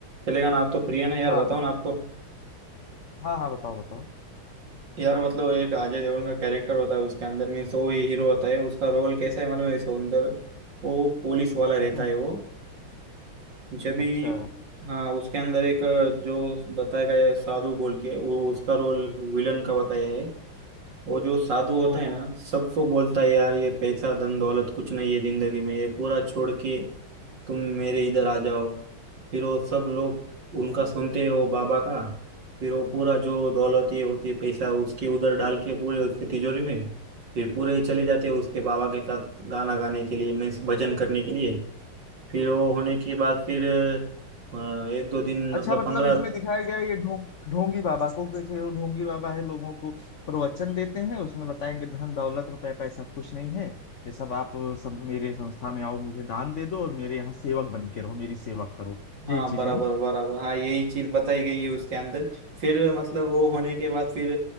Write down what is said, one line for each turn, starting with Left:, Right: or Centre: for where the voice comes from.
Right: चलेगा ना आप तो प्रिय ना यार
Left: हाँ
Right: बताओ
Left: हाँ
Right: ना आपको
Left: हाँ हाँ बताओ बताओ
Right: यार मतलब एक अजय देवगन का कैरेक्टर होता है उसके अंदर मीन्स वो ही हीरो होता है उसका रोल कैसा है मालूम है इसके अंदर वो पुलिस वाला रहता
Left: हम्म
Right: है वो जब भी
Left: अच्छा
Right: हाँ उसके अंदर एक जो बताया गया है साधु बोल के वो उसका रोल विलन का बताया है वो जो साधु होता
Left: हम्म
Right: है
Left: हम्म
Right: ना सबको बोलता है यार ये पैसा धन दौलत कुछ नहीं है जिंदगी में ये पूरा छोड़ के तुम मेरे इधर आ जाओ फिर वो सब लोग उनका
Left: हाँ
Right: सुनते हैं वो बाबा का फिर वो पूरा जो दौलत ये होती है पैसा उसके उधर डाल के पूरे उसके तिजोरी में फिर पूरे चले जाते हैं उसके बाबा के साथ गाना गाने के लिए मीन्स भजन करने के लिए फिर वो होने के बाद
Left: हाँ,
Right: फिर अ, एक दो दिन
Left: अच्छा
Right: मतलब
Left: मतलब
Right: पंद्रह
Left: इसमें दिखाया गया है ये ढोंग ढोंगी बाबा को कि थे वो ढोंगी बाबा है लोगों को प्रवचन देते हैं उसमें बताएंगे धन दौलत रुपए पैसा कुछ नहीं है ये सब आप सब मेरे संस्था में आओ मुझे दान दे दो और मेरे यहाँ सेवक बन के रहो मेरी सेवा करो
Right: हाँ
Left: यही चीजें
Right: बराबर
Left: हैं ना?
Right: बराबर हाँ यही चीज बताई गई है उसके अंदर फिर मतलब वो होने के बाद फिर